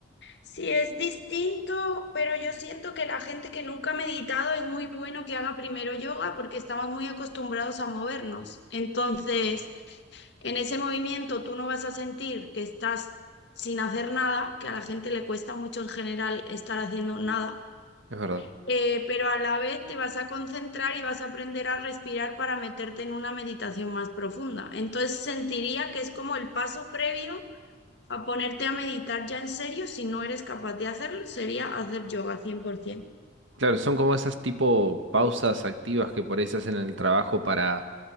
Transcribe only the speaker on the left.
sí es distinto, pero yo siento que la gente que nunca ha meditado es muy bueno que haga primero yoga porque estamos muy acostumbrados a movernos. Entonces... En ese movimiento tú no vas a sentir que estás sin hacer nada, que a la gente le cuesta mucho en general estar haciendo nada,
eh, pero a la vez te vas a concentrar y vas a aprender a respirar para meterte en una meditación más profunda. Entonces sentiría que es como el paso previo a ponerte a meditar ya en serio si no eres capaz de hacerlo, sería hacer yoga 100%.